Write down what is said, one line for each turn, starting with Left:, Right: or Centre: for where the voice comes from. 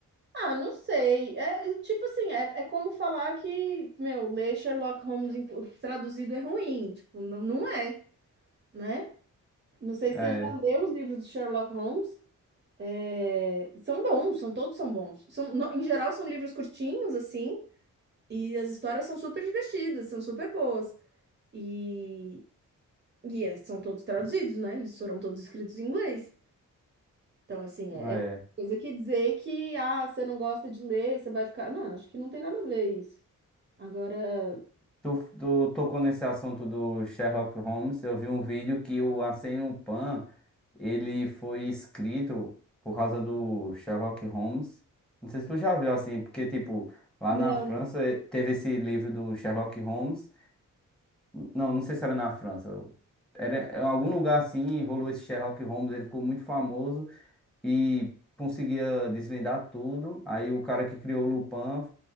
Right: Ah, não sei. É é, tipo assim, é, é como falar que, meu, ler Sherlock Holmes em- traduzido é ruim. Tipo, não, não é, né? Não sei
Centre: É,
Right: se você já leu os livros do Sherlock Holmes. É, são bons, são todos são bons. São, no- em geral, são livros curtinhos, assim, e as histórias são super divertidas, são super boas. e E é, são todos traduzidos, né? Eles foram todos escritos em inglês. Então, assim, é,
Centre: é.
Right: é coisa que dizer que, ah, você não gosta de ler, você vai ficar. Não, acho que não tem nada a ver isso. Agora,
Centre: Tu, tu tocou nesse assunto do Sherlock Holmes. Eu vi um vídeo que o Arsène Lupin ele foi escrito por causa do Sherlock Holmes. Não sei se tu já viu assim, porque tipo lá
Right: não,
Centre: na França eh, teve esse livro do Sherlock Holmes. Não, não sei se era na França. Era em algum lugar assim, rolou esse Sherlock Holmes. Ele ficou muito famoso e conseguia desvendar tudo. Aí o cara que criou o Lupin